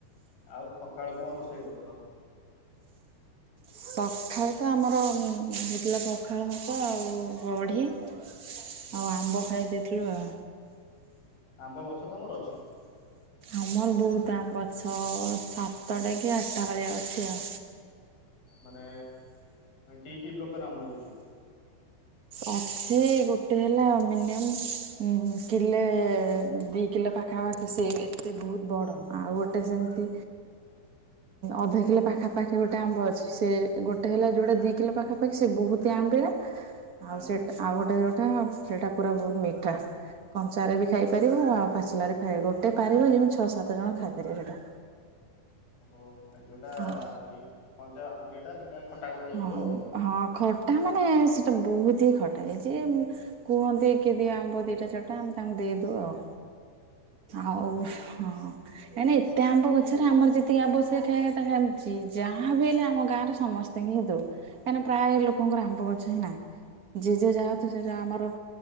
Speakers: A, on the left; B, on the right.
A: ଆଉ ସଖାଳୁ କଣ ରୋଷେଇ କରୁଥିଲ?
B: ସଖାଳେତ ଆମର ହେଇଥିଲା ପଖାଳ ଭାତ ଆଉ ବଢ଼ି ଆଉ
A: ହୁଁ
B: ଆମ୍ବ ଖାଇ ଦେଇଥିଲୁ ଆଉ।
A: ଆମ୍ବ ଗଛ ତମର ଅଛି।
B: ଆମର ବହୁତ୍ ଆମ୍ବ ଗଛ ସାତଟା କି ଆଠଟା ବେଳିଆ ଅଛି ଆଉ।
A: ମାନେ କି କି ପ୍ରକାର ଆମ୍ବ ହଉଛି।
B: ଅଛି ଗୋଟେ ହେଲା ମିନିମମ୍ କିଲେ ଦି କିଲ ପାଖାପାଖି ସେ ଏତେ ବହୁତ୍ ବଡ଼ ଆଉ ଗୋଟେ ସେମିତି ଅଧ କିଲୋ ପାଖାପାଖି ଗୋଟେ ଆମ୍ବ ଅଛି ସେ ଗୋଟେ ହେଲା ଯୋଉଟା ଦି କିଲୋ ପାଖା ପା ଖି ସେ ବହୁତ ଆମ୍ବିଳା
A: ହଁ
B: ଆଉ ସେଟା ଆଉ ଗୋଟେ ଯୋଉଟା ସେଟା ପୁରା ବହୁତ୍ ମିଠା। କଞ୍ଚାରେ ବି ଖାଇପାରିବ ଆଉ ପାଚିଲାରେ ଖାଇବ ଗୋଟେ ପାରିବ ଯେମିତି ଛଅ ସାତ ଜଣ ଖାଇ ପାରିବେ ସେଇଟା।
A: ଓ ଆଉ ଯୋଉଟା
B: ହଁ
A: ଇ କଞ୍ଚା ଇଏଟା ସେଟା ଖଟା କରିଦଉଥିବ
B: ହଁ
A: ଆଉ।
B: ହଁ ଖଟ ଟା ମାନେ ସେଟା ବହୁତ୍ ହିଁ ଖଟା ହେଇଚି କୁହନ୍ତି କି ଦିଅ ଆମ୍ବ ଦିଟା ଚାରିଟା ଆମେ ତାଙ୍କୁ ଦେଇଦଉ ଆଉ ଆଉ ହଁ। କାହିଁ ନା ଏତେ ଆମ୍ବ ଗଛରେ ଆମର ଯେତିକି ଆବଶ୍ଯ ଖାଇବା ପାଇଁ ଯାହା ହେଉଚି ଯାହା ବି ହେଲେ ଆମ ଗାଁରେ ସମ ସ୍ତେ ହିଁ ଦଉ କାହିଁକିନା ପ୍ରାୟ ଲୋକଙ୍କର ଆମ୍ବ ଗଛ ହିଁ ନାହିଁ ଯି ଯି ଯା ହୁତୁ ସେଟା ଆମର